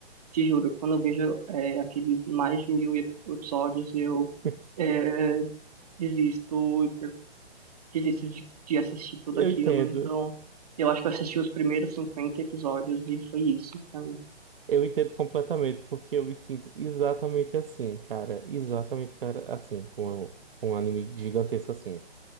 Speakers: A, on the right; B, on the right.
A: te juro, quando eu vejo, eh, aqueles mais de mil ep- episódios, eu
B: <laughs>
A: é, desisto desisto de, de assistir tudo
B: Eu
A: aquilo.
B: entendo.
A: Então, eu acho que eu assisti os primeiros 50 episódios e foi isso pra mim.
B: Eu entendo completamente, porque eu me sinto exatamente assim, cara. Exatamente, cara, assim, com, com um anime gigantesco assim.